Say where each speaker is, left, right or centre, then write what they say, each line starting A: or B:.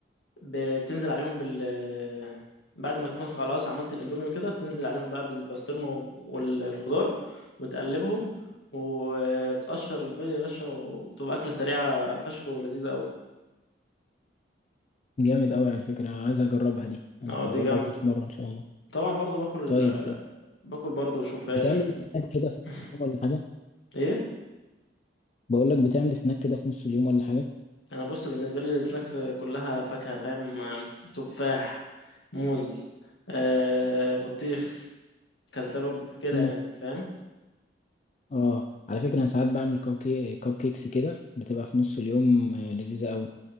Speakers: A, on the left; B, on the left.
A: ب- بتنزل عليهم بال بعد ما تكون خلاص عملت الاندومي وكده بتنزل عليهم بقى بالبسطرمة وال- والخضار وتقلبهم وتقشر البيض يا باشا وتبقى أكلة سريعة فشخ ولذيذة أوي
B: جامد قوي على فكرة عايز اجربها دي انا
A: اه دي
B: هجربها
A: جامدة
B: في مرة ان شاء الله
A: طبعا برضو باكل
B: طيب
A: باكل برضو شوفان
B: بتعمل سناك كده في
A: <laughs>
B: نص اليوم ولا حاجة
A: ايه
B: بقول لك بتعمل سناك كده في نص اليوم ولا حاجة
A: انا بص بالنسبة لي السناكس كلها فاكهة فاهم تفاح موز آه بطيخ كانتالوب كده
B: مم.
A: يعني فاهم
B: اه على فكرة انا ساعات بعمل كوب كي... كوب كيكس كده بتبقى في نص اليوم آه، لذيذة قوي